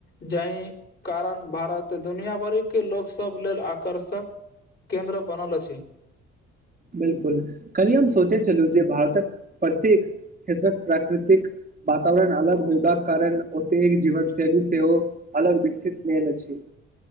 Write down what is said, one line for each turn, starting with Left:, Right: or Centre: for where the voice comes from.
Left: जाहि। कारण भारत दुनिआभरिके लोकसभ लेल आकर्षक केन्द्र बनल अछि।
Right: बिल्कुल काल्हि हम सोचैत छलहुँ जे भारतक प्रत्येक क्षेत्रक प्राकृतिक। वातावरण अलग होयबाक कारण ओतेक जीवन शैली सेहो। अलग विकसित भेल अछि